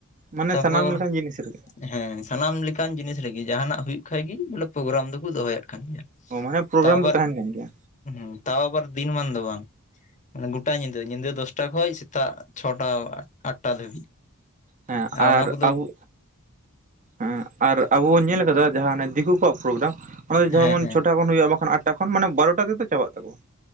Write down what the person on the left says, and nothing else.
ᱛᱟᱯᱚᱨ
ᱦᱮᱸ ᱥᱟᱱᱟᱢ ᱞᱮᱠᱟᱱ ᱡᱤᱱᱤᱥ ᱨᱮᱜᱮ ᱡᱟᱦᱟᱱᱟᱜ ᱦᱩᱭᱩᱜ ᱠᱷᱟᱡ ᱜᱮ ᱵᱚᱞᱮ ᱯᱨᱳᱜᱨᱟᱢ ᱫᱚᱠᱚ ᱫᱚᱦᱚᱭᱮᱫ ᱠᱟᱱ ᱜᱮᱭᱟ
ᱛᱟᱣ ᱟᱵᱟᱨ
ᱦᱩᱸ ᱛᱟᱣ ᱟᱵᱟᱨ ᱫᱤᱱ ᱢᱟᱱ ᱫᱚ ᱵᱟᱝ ᱢᱟᱱᱮ ᱜᱚᱴᱟ ᱧᱤᱫᱟᱹ ᱧᱤᱫᱟᱹ ᱫᱚᱥᱴᱟ ᱠᱷᱚᱡ ᱥᱮᱛᱟᱜ ᱪᱷᱚᱴᱟ ᱟᱴᱴᱟ ᱫᱷᱟᱹᱵᱤᱡ
ᱚᱱᱟ
ᱠᱚᱫᱚ
ᱦᱮᱸ ᱦᱮᱸ